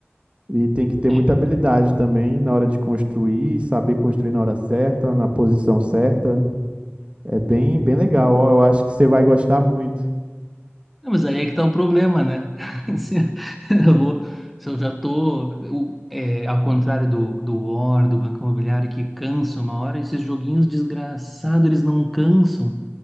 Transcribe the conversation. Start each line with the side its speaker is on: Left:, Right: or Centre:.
Right: e tem que ter
Centre: é.
Right: muita habilidade também na hora de construir, saber construir na hora certa, na posição certa. É bem, bem legal. Ó, eu acho que você vai gostar muito.
Centre: Não, Mas aí é que tá o problema, né? <laughs> Se eu vou, se eu já tô, eu- é, ao contrário do, do War, do Banco Imobiliário, que cansa uma hora, esses joguinhos desgraçados, eles não cansam.